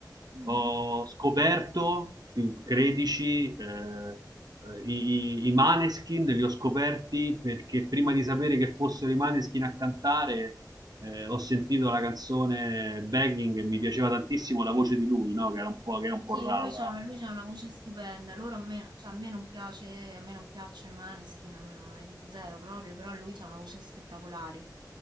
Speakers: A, on the right (about 80°); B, on the right (about 60°).
A: mhm.
B: ho scoperto, ti- credici, eh, eh, i, i i Maneskin li ho scoperti perché prima di sapere che fossero i Maneskin a cantare, eh, ho sentito la canzone Begging e mi piaceva tantissimo la voce di lui, no? Che era un po', che è un po'
A: Sì,
B: rauca.
A: lui c'ha, lui c'ha una voce stupenda. Loro a me, cioè, a me non piace, a me non piacciono i Maneskin, non, non è zero proprio, però lui c'ha una voce spettacolare.